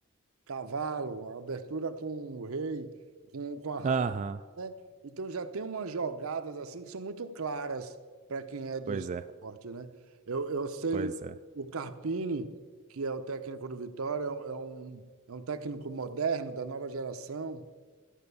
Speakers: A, on the right; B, on the right.
A: cavalo, a abertura com o rei, com, com a rainha,
B: Aham.
A: né? Então já tem umas jogadas assim que são muito claras para quem é do
B: Pois
A: esporte,
B: é.
A: né? Eu, eu sei
B: Pois é.
A: o Carpini, que é o técnico do Vitória, é um, é um é um técnico moderno da nova geração.